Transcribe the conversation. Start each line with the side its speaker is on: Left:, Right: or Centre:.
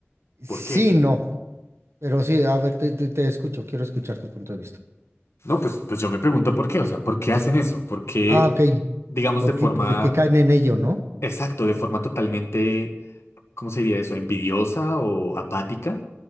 Right: Sí,
Left: ¿Por qué?
Right: no, pero sí, a ver, te, te- te escucho, quiero escuchar tu punto de vista.
Left: No, pues, pues yo me pregunto por qué, o sea, ¿por qué hacen eso? ¿Por qué,
Right: Ah, ok,
Left: digamos,
Right: ¿por
Left: de forma,
Right: qué, por qué caen en ello, no?
Left: exacto, de forma totalmente, ¿cómo se diría eso? ¿Envidiosa o apática?